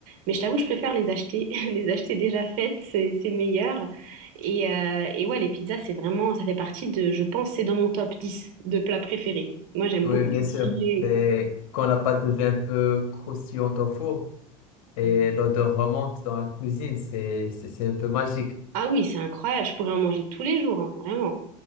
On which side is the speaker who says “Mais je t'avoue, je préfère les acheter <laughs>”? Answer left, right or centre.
Right